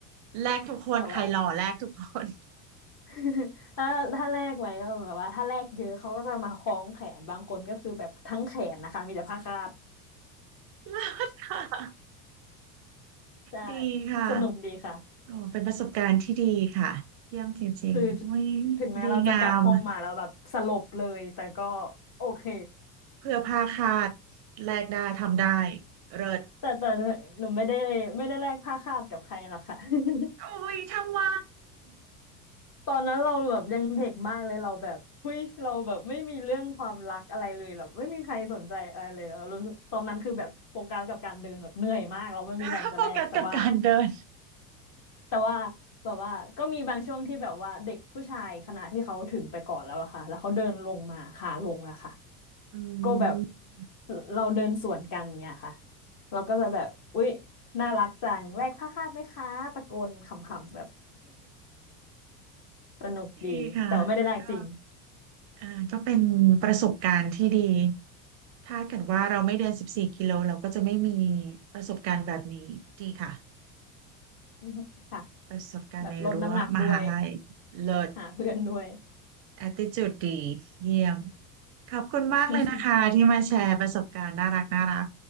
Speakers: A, on the right; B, on the left.
A: แลกทุกคนใครหล่อแลกทุกคน
B: แบบว่า <laughs> ถ้าถ้าแลกไว้ก็แบบว่าถ้าแลกเยอะเขาก็จะมาคล้องแขนบางคนก็คือแบบทั้งแขนนะคะมีแต่ผ้าคาด
A: เลิศค่ะ
B: ใช่
A: ดีค่ะ
B: สนุกดีค่ะ
A: โอ้เป็นประสบการณ์ที่ดีค่ะเยี่ยมจริงๆอุ้ย
B: คือถึงแม้เราจะกลับห้องมาแล้วแบบสลบเลยแต่ก็
A: ดีงาม
B: โอเค
A: เพื่อผ้าคาดแลกได้ทำได้เลิศ
B: แต่แต่หนูไม่ได้ไม่ได้แลกผ้าคาดกับใครหรอกค่ะ <laughs>
A: โอ้ยทำไม
B: ตอนนั้นเราแบบยังเด็กมากเลยเราแบบเฮ้ยเราแบบไม่มีเรื่องความรักอะไรเลยแบบไม่มีใครสนใจอะไรเลยเรารู้สึกตอนนั้นคือแบบโฟกัสกับการเดินแบบเหนื่อยมากเราไม่มีแรงจะแลกแต่ว่า
A: <laughs> โฟกัสกับการเดิน
B: แต่ว่าแบบว่าก็มีบางช่วงที่แบบว่าเด็กผู้ชายคณะที่เขาถึงไปก่อนแล้วอะค่ะแล้วเขาเดินลงมาขาลงอะค่ะ
A: อื
B: ก็แบบ
A: ม
B: เราเดินสวนกันอย่างเงี้ยค่ะเราก็จะแบบอุ๊ยน่ารักจังแลกผ้าคาดไหมคะตะโกนขำๆแบบ <laughs> สนุกดีแต่ว่าไม่ได้แลกจริง
A: ดีค่ะก็อ่าก็เป็นประสบการณ์ที่ดีถ้าเกิดว่าเราไม่เดินสิบสี่กิโลเราก็จะไม่มีประสบการณ์แบบนี้ดีค่ะ
B: <laughs> ค่ะ
A: ประสบการณ์ในรั้วมหาลัย
B: แบบลดน้ำหนักด้วย
A: เลิศ
B: หาเพื่อนด้วย
A: attitude ดีเยี่ยมขอบคุณมากเลยนะคะที่มาแชร์ประสบการณ์น่ารักน่ารัก
B: <laughs>